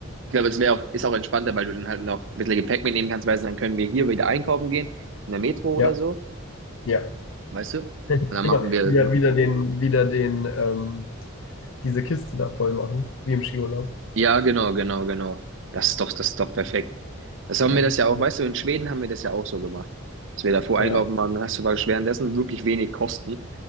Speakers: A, on the right; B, on the left.
A: Ich glaube, es wäre auch, ist auch entspannter, weil du dann halt noch ein bisschen Gepäck mitnehmen kannst, weißt du, dann können wir hier wieder einkaufen gehen, in der Metro oder
B: Ja,
A: so,
B: ja.
A: weißt du? Und
B: <laughs>
A: dann
B: Immer
A: machen wir,
B: wieder,
A: machen-
B: wieder den, wieder den, ähm, diese Kiste da voll machen, wie im Skiurlaub.
A: ja, genau, genau, genau. Das ist doch, das ist doch perfekt. Das
B: Ja,
A: haben wir das ja auch,
B: ja,
A: weißt du, in Schweden haben wir das ja auch so gemacht, dass wir davor
B: ja.
A: einkaufen waren, dann hast du praktisch währenddessen wirklich wenig Kosten,